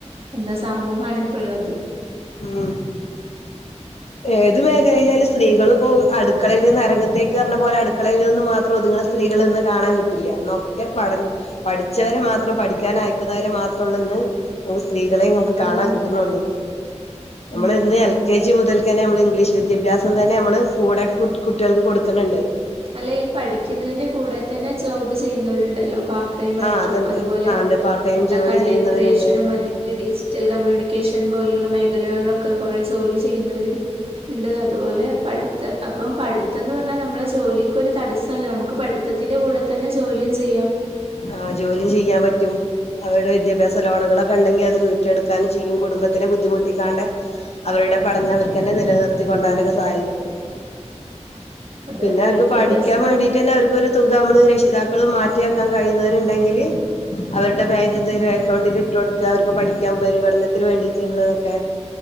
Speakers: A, on the right; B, on the left.
A: എന്താ സമൂഹാണ് ഇപ്പ ഇള്ളത്.
B: ഉം.
A: <inaudible>
B: ഏത് മേഖലിലേ ലുംസ്ത്രീകളു ഇപ്പോ അടുക്കളയിൽ നിന്ന് അരങ്ങത്തേക്ക് പറഞ്ഞ പോലെ അടുക്കളയിൽ നിന്ന് മാത്രം ഒത്ങ്ങ്ണ സ്ത്രീകളെ ഒന്ന് കാണാൻ കിട്ടില്ല ഇന്നൊക്കെ പഠന പഠിച്ചവരെ മാത്രം പഠിക്കാൻ അയക്കുന്നവരെ മാത്രേ ഉള്ളൂ ഇന്ന് ഒന്ന് സ്ത്രീകളെ നമക്ക് കാണാൻ
A: അതന്നെ
B: കിട്ടുണൊള്ളു നമ്മള്
A: ഉം
B: ഇന്ന്
A: ഉം
B: എൽ കെ ജി മുതൽക്കന്നെ നമ്മള് ഇംഗ്ലീഷ് വിദ്യാഭ്യാസം തന്നെ നമ്മള് കൂടെ കുട്ടേൾക്ക് കൊടുക്ക്ണ് ണ്ട്
A: അല്ല ഈ പഠിക്കുന്നയിന്റെ കൂടെ തന്നെ ജോബ് ചെയ്യുന്നവരുണ്ടല്ലോ പാർ ടൈം ആയിറ്റും
B: ആഹ് അതുണ്ട്
A: അതുപോലെ
B: ആഹ് ഉണ്ട് പാർട്ട് ടൈം
A: എന്താ
B: ജോലി
A: കണ്ടന്റ്
B: ചെയ്യുന്നവരുണ്ട്.
A: ക്രിയേഷനും അല്ലെങ്കിൽ ടിസ് റ്റൽ കമ്മ്യൂണിക്കേഷൻ പോലുള്ള മേഖലകളിലൊക്കെ കൊറേ ജോലി ചെയ്യുന്നവരും ഇണ്ട് അതുപോലെ പഠിത്ത് അപ്പം പഠിത്തന്ന് പറഞ്ഞ നമ്മളസ് ജോലിക്കൊരു തടസ്സല്ലെ നമുക്ക് പഠിത്തത്തിന്റെ കൂടെ തന്നെ ജോലിയും ചെയ്യാം
B: ആഹ് ജോലി ചെയ്യാൻ പറ്റും അവരുടെ വിദ്യാഭ്യാസ ലോണുകളൊക്കെ ഇണ്ടെങ്കി അത് വീട്ടി എടുക്കാനും ചെയ്യും കുടുംബത്തിനേ ബുദ്ധിമുട്ടിക്കാണ്ടേ അവരുടെ പടഞ്ഞ അവർക്കന്നെ നിലനിർത്തി കൊണ്ടാവനൊക്കെ സഹക്കും
A: അത്
B: പിന്നെ
A: തന്നെ
B: അവർക്ക്
A: വിദ്യാഭ്യാസംന്ന്
B: പഠിക്കാൻ വേണ്ടിട്ടന്നെ
A: പറഞ്ഞപ്പ
B: അവർക്കൊരു തുക നമ്മള് രക്ഷിതാക്കളും മാറ്റിയ ക്കാൻ കഴിയുന്നവര് ഇണ്ടങ്കില് അവരുടെ ബാങ്ക്തി അക്കൗണ്ടിലിട്ടൊടക്ക അവര്ക്ക് പഠിക്കാൻ ഉപരിപഠനത്തിന് വേണ്ടിറ്റിള്ളതൊക്കെ